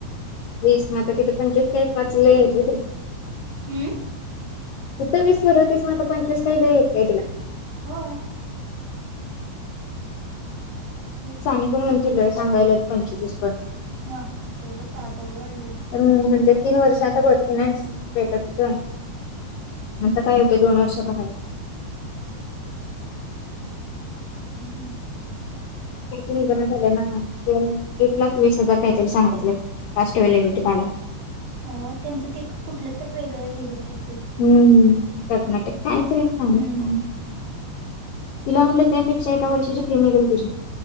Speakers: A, on the left; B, on the right.
A: वीस मग आता तिथे पंचवीस काय पाच लय आहेत
B: हम्म
A: इथं वीस भरत नाही. मग आता पंचवीस काही व येत.
B: होय तेच
A: सांगितलं
B: तर
A: वीस पण सांगायला पंचवीस पण
B: ह तेवढंच आ- तेवढं
A: म्हणजे
B: पंचवीस तर घालायला
A: तीन
B: लागणार.
A: वर्ष आता भरती नाही. भेटत होत आता काय होते दोन वर्ष पहा. <inaudible>
B: हम्म
A: निघणं झाले ना एक लाख वीस हजार काहीतरी सांगत कास्ट व्हॅलेडीटी काढा.
B: हो त्यांचं ते कुठलं तर वेगळं हेज पडत.
A: हम्म कर्नाटक काय तरी सांगितल
B: हम्म
A: तिला म्हटलं त्यापेक्षा एका वर्षाची फी निघेल तुझी